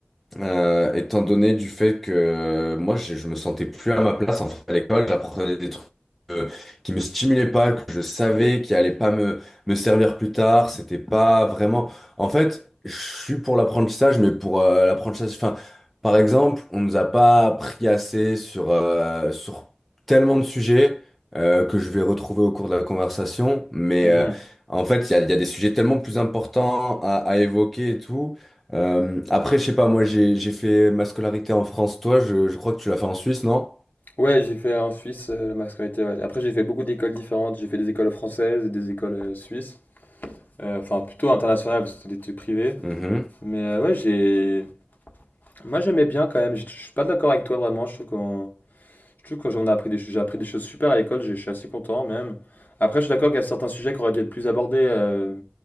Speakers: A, in the centre; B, on the left.
A: Euh, étant donné du fait que euh, moi je, je me sentais plus à ma place en fait, à l'école, j'apprenais des trucs euh, qui me stimulaient pas, que je savais qui allaient pas me, me servir plus tard, c'était pas vraiment. En fait, je suis pour l'apprentissage, mais pour euh, l'apprentissage, enfin, par exemple, on nous a pas appris assez sur euh, sur tellement de sujets euh, que je vais retrouver au cours de la conversation, mais
B: Mhm.
A: euh, en fait, il y a, il y a des sujets tellement plus importants à, à évoquer et tout. Euh, après, je sais pas, moi j'ai j'ai fait ma scolarité en France. Toi, je, je crois que tu l'as fait en Suisse, non?
B: Ouais, j'ai fait en Suisse euh, la mascarité. ouais. Après, j'ai fait beaucoup d'écoles différentes. J'ai fait des écoles françaises et des écoles euh, suisses. Euh, Enfin, plutôt internationales, parce que c'était des trucs privés.
A: Mhm.
B: Mais euh, ouais, j'ai. Moi, j'aimais bien quand même. Je je suis pas d'accord avec toi vraiment. Je trouve qu'on Je trouve que j'en ai appris des j'ai appris des choses super à l'école, j'ai je suis assez content même. Après, je suis d'accord qu'il y a certains sujets qui auraient dû être plus abordés, heu,